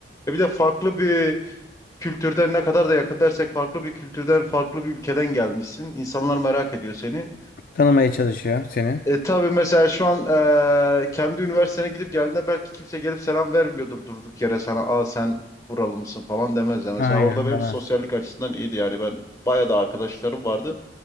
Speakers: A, on the left; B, on the left.
A: E bir de farklı bir kültürden ne kadar da yakın dersek farklı bir kültürden, farklı bir ülkeden gelmişsin. İnsanlar merak ediyor seni.
B: tanımaya çalışıyor seni.
A: E tabii mesela şu an eee, kendi üniversitene gidip geldiğinde belki kimse gelip selam vermiyordur durduk yere sana. Aa sen buralı mısın falan demezler. Mesela
B: Aynen
A: orada benim
B: demez.
A: sosyallik açısından iyiydi yani ben bayağı da arkadaşlarım vardı.